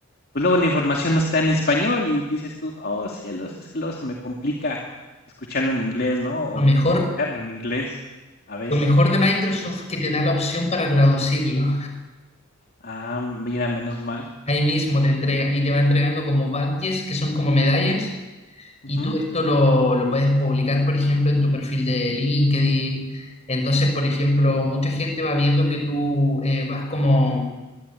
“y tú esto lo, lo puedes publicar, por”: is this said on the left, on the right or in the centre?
Left